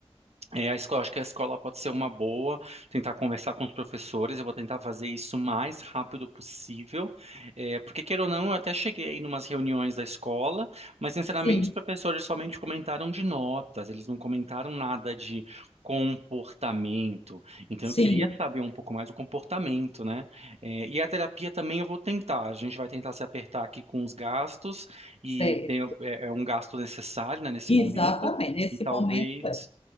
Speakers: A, on the right; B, on the left.
A: É, a escola, acho que a escola pode ser uma boa, tentar conversar com os professores, eu vou tentar fazer isso o mais rápido possível, é, porque queira ou não, eu até cheguei aí numas reuniões da escola, mas sinceramente
B: Sim,
A: os professores somente comentaram de notas, eles não comentaram nada de comportamento, então
B: sim,
A: eu queria saber um pouco mais do comportamento, né? É, e a terapia também eu vou tentar, a gente vai tentar se apertar aqui com os gastos, e
B: sério.
A: tem, é é um gasto necessário, né, nesse
B: Exatamente.
A: momento,
B: Nesse
A: e talvez
B: momento, é.